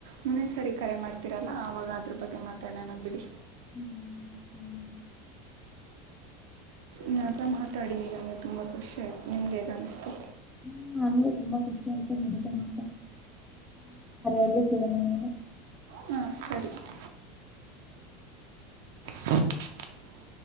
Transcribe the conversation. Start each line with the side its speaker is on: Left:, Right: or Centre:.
Right: ಮುಂದೆ ಸಾರಿ ಕರೆ ಮಾಡ್ತರಲ್ಲ ಆವಾಗ ಅದ್ರ ಬಗ್ಗೆ ಮಾತಾಡೋಣ ಬಿಡಿ
Centre: ಹ್ಮ್ ಹ್ಮ್.
Right: ನ ಹತ್ರ ಮಾತಾಡಿ ನಮ್ಗೆ ತುಂಬಾ ಖುಷಿ ಆಯ್ತು ನಿಮ್ಗೆ ಹೇಗ ಅನ್ಸ್ತು
Centre: ಹ್ಮ ನನ್ಗೆ ತುಂಬಾ ಖುಷಿ ಆ್ತ ಮದೆ ಮಾ ಸ <inaudible>
Right: ಹಾ ಸರಿ <inaudible> ಹ <inaudible>